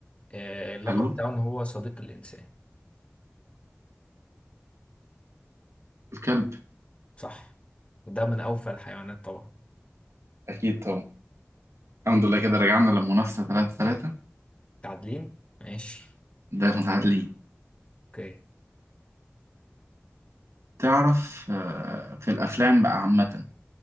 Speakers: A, on the left; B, on the right.
A: أه اللقب
B: حلو
A: بتاعه ان هو صديق الانسان
B: الكلب
A: صح وده من اوفى الحيوانات طبعا
B: أكيد طبعا الحمد لله كده رجعنا للمنافسة تلاتة تلاتة
A: تعادلين ماشي
B: ده متعادلين
A: اوكي
B: تعرف آه، في الأفلام بقى عامة